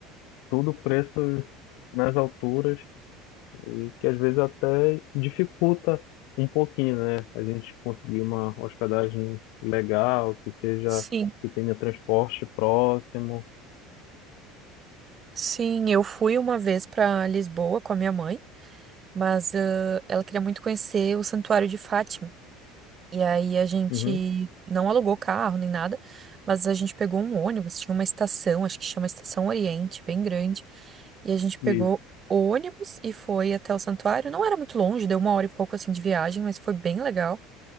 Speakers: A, on the left (about 65°); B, on the right (about 25°).
A: tudo preços nas alturas e que às vezes até dificulta um pouquinho, né? A gente conseguir uma hospedagem legal, que seja,
B: Sim,
A: que tenha transporte próximo.
B: sim. Eu fui uma vez para Lisboa com a minha mãe, mas eh, ela queria muito conhecer o Santuário de Fátima. E aí a gente
A: Uhum,
B: não alugou carro nem nada, mas a gente pegou um ônibus, tinha uma estação, acho que chama Estação Oriente, bem grande. E a gente pegou
A: isso.
B: o ônibus e foi até o santuário. Não era muito longe, deu uma hora e pouco assim de viagem, mas foi bem legal.